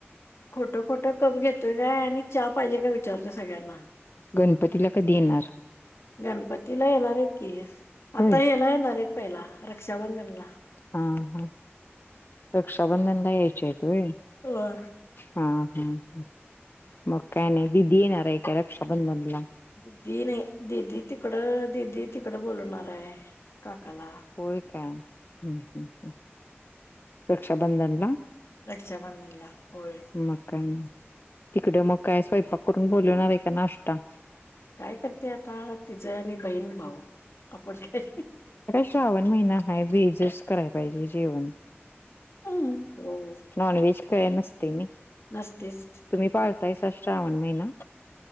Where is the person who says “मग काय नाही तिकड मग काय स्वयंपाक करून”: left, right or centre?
Left